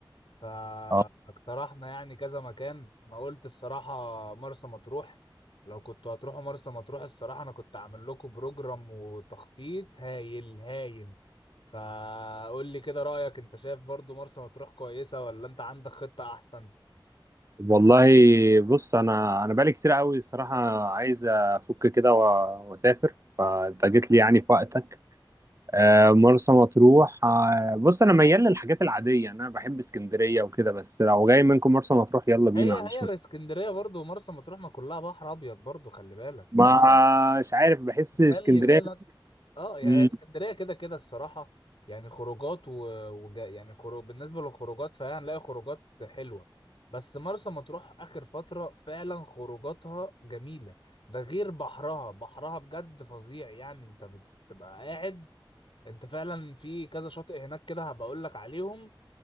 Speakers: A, on the left; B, on the right.
A: فاقترحنا
B: اه
A: يعني كذا مكان انا قلت الصراحه مرسى مطروح لو كنتوا هتروحوا مرسى مطروح الصراحه انا كنت عامل لكم بروجرام وتخطيط هايل هايل فقول لي كده رايك انت شايف برضو مرسى مطروح كويسه ولا انت عندك خطه احسن
B: والله بص انا انا بقالي كتير قوي الصراحه عايز افك كده و- واسافر فانت جيت لي يعني في وقتك آه، مرسى مطروح آه، بص انا ميال للحاجات العاديه انا بحب اسكندريه وكده بس لو جاي منكم مرسى مطروح يلا بينا
A: هي
B: ما
A: هي
B: عنديش مشكله
A: اسكندريه برضو ومرسى مطروح ما كلها بحر ابيض برضو خلي بالك
B: <laughs> ما مش عارف بحس
A: خلي
B: اسكندريه
A: بالك اه يعني
B: مم،
A: هي اسكندريه كده كده الصراحه يعني خروجات و... وج... يعني خروج بالنسبه للخروجات فهي هنلاقي خروجات حلوه بس مرسى مطروح اخر فتره فعلا خروجاتها جميله ده غير بحرها بحرها بجد فظيع يعني انت بتبقى قاعد انت فعلا في كذا شاطئ هناك كده هبقول لك عليهم